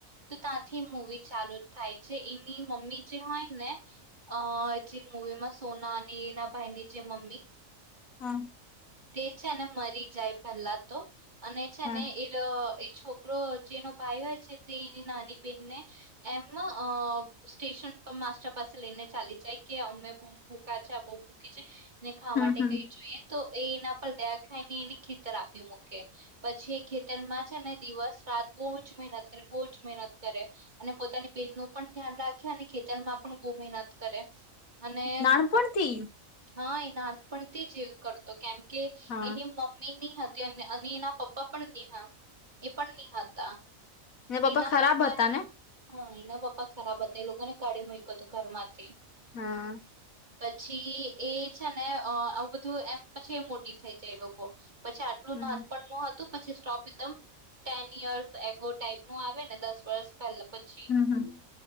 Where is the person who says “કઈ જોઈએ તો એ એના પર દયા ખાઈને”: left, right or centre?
Right